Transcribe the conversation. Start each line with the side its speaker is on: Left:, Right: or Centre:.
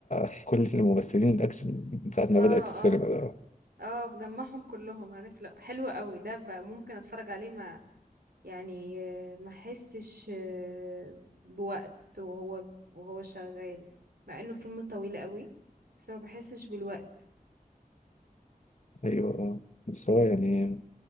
Left: <laughs> كل الممثلين الأكشن من ساعة ما
Right: اه
Left: بدأت السينما
Right: اه
Left: ده اه
Right: اه بجمعهم كلهم عارف لو حلو قوي ده بقى ممكن اتفرج عليه ما يعني آه، ما احسش آه، بوقت وهو وهو شغال مع انه فيلم طويل قوي بس ما بحسش بالوقت
Left: أيوه اه بس هو يعني